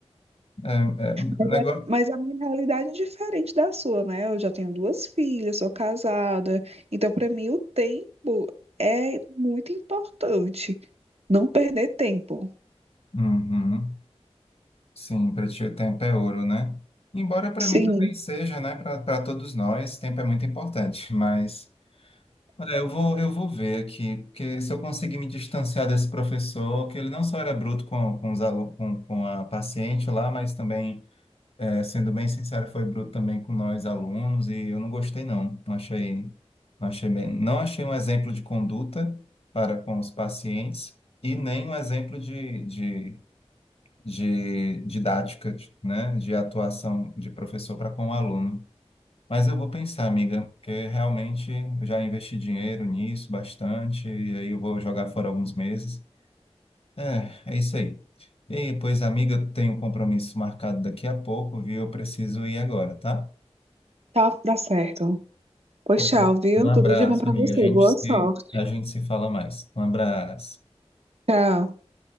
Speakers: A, on the left; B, on the right.
A: É, é,
B: Mas,
A: negócio...
B: é- mas a minha realidade é diferente da sua, né? Eu já tenho duas filhas, sou casada, então para mim o tempo é muito importante, não perder tempo.
A: uhum. Sim, para ti o tempo é ouro, né? Embora para
B: Sim.
A: mim também seja, né? Para todos nós, tempo é muito importante. Mas, olha, eu vou, eu vou ver aqui, porque se eu conseguir me distanciar desse professor, que ele não só era bruto com, com os alunos, com, com a paciente lá, mas também, eh, sendo bem sincero, foi bruto também com nós alunos, e eu não gostei, não. Não achei, não achei bem, não achei um exemplo de conduta para com os pacientes e nem um exemplo de, de de didática, de- né, de atuação de professor para com o aluno. Mas eu vou pensar, amiga, porque realmente eu já investi dinheiro nisso bastante, e aí eu vou jogar fora alguns meses. É, é isso aí. E aí, pois, amiga, eu tenho um compromisso marcado daqui a pouco, viu? Eu preciso ir agora, tá?
B: Tá, dá certo. Pois
A: Pois,
B: tchau, viu?
A: Um abraço,
B: Tudo de bom pra
A: amiga.
B: você.
A: A gente
B: Boa
A: se,
B: sorte.
A: a gente se fala mais. Um abraço.
B: Tchau.